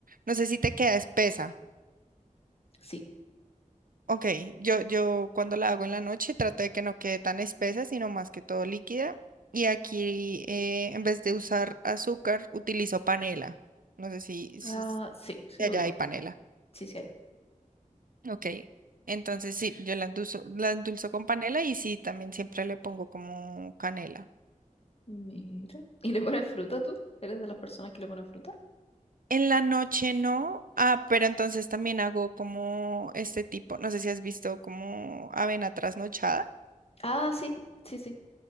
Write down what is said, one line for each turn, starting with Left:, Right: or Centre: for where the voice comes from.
Right: no sé si te queda espesa.
Left: Sí.
Right: Ok, yo, yo cuando la hago en la noche trato de que no quede tan espesa, sino más que todo líquida. Y aquí eh, en vez de usar azúcar, utilizo panela. No sé si,
Left: Ah,
Right: si s-
Left: sí, sí
Right: de
Left: lo
Right: allá
Left: ubico.
Right: hay panela.
Left: Sí, sí hay.
Right: Ok, Entonces sí, yo la endulzo, la endulzo con panela y sí, también siempre le pongo como canela.
Left: Mira. ¿Y le pones fruta tú? ¿Eres de las personas que le ponen fruta?
Right: En la noche no, ah, pero entonces también hago como este tipo, no sé si has visto como avena trasnochada,
Left: Ah, sí, sí, sí.